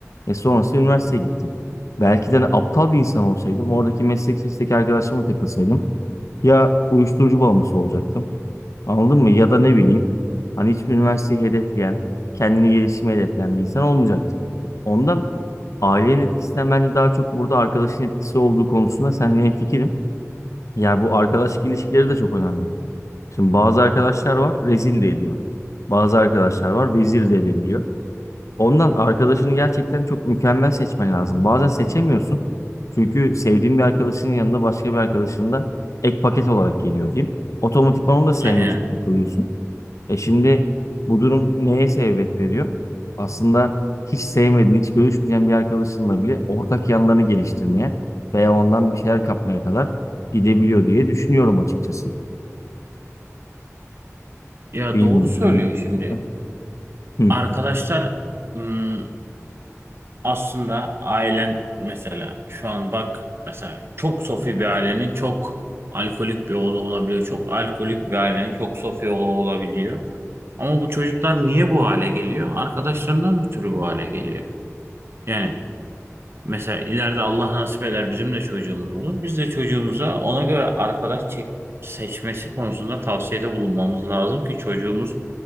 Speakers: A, on the left (about 70°); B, on the right (about 50°).
A: E sonrasında üniversiteye gittim. Belki de hani aptal bir insan olsaydım, oradaki meslek sesindeki arkadaşlarıma takılsaydım ya uyuşturucu bağımlısı olacaktım. Anladın mı? Ya da ne bileyim hani hiç üniversiteyi hedefleyen, kendini gelişime hedefleyen bir insan olmayacaktım. Ondan ailenin etkisinden bence daha çok burada arkadaşın etkisi olduğu konusunda seninle hemfikirim. Yani bu arkadaşlık ilişkileri de çok önemli. Şimdi bazı arkadaşlar var rezil de ediyor. Bazı arkadaşlar var vezir de edebiliyor. Ondan arkadaşını gerçekten çok mükemmel seçmen lazım. Bazen seçemiyorsun. Çünkü sevdiğin bir arkadaşının yanında başka bir arkadaşın da ek paket olarak geliyor diyeyim. Otomatikman onu da sevmek
B: Aynen.
A: için kalıyorsun. E şimdi bu durum neye sebebiyet veriyor? Aslında hiç sevmediğin, hiç görüşmeyeceğin bir arkadaşınla bile ortak yanlarını geliştirmeye veya ondan bir şeyler kapmaya kadar gidebiliyor diye düşünüyorum açıkçası.
B: Ya
A: Bilmiyorum.
B: doğru söylüyorsun
A: sen ne düşünüyorsun?
B: şimdi.
A: Hı,
B: Arkadaşlar ım, aslında ailen mesela şu an bak mesela çok sofi bir ailenin çok alkolik bir oğlu olabiliyor. Çok alkolik bir ailenin çok sofi oğlu olabiliyor. Ama bu çocuklar niye bu hale geliyor? Arkadaşlarından ötürü bu hale geliyor. Yani mesela ileride Allah nasip eder bizim de çocuğumuz olur. Biz de çocuğumuza ona göre arkadaş çek- seçmesi konusunda tavsiyede bulunmamız lazım ki çocuğumuz